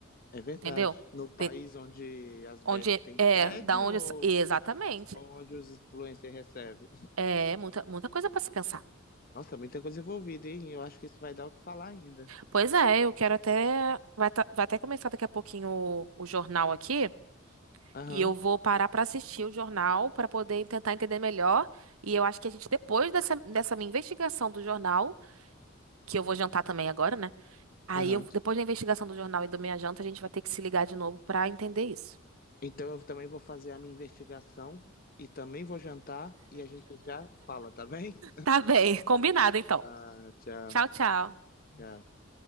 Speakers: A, on the left; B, on the right.
A: É verdade.
B: Entendeu?
A: No país
B: De-
A: onde as
B: onde
A: bets
B: é,
A: têm sede
B: é, da onde.
A: ou,
B: essa- Exatamente.
A: ou onde os influencers recebem?
B: É muita, muita coisa para se pensar.
A: Nossa, muita coisa envolvida, hein? Eu acho que isso vai dar o que falar ainda.
B: Pois é, eu quero até. Vai, tá- vai até começar daqui a pouquinho o, o jornal aqui.
A: Aham,
B: E eu vou parar para assistir o jornal para poder tentar entender melhor. E eu acho que a gente, depois dessa, dessa minha investigação do jornal, que eu vou jantar também agora, né? Aí,
A: aham.
B: eu- depois da investigação do jornal e do meia Janta, a gente vai ter que se ligar de novo pra entender isso.
A: Então eu também vou fazer a minha investigação e também vou jantar e a gente já fala, tá bem?
B: Tá bem. <laughs> Combinado, então.
A: Tá, tchau,
B: Tchau, tchau.
A: tchau.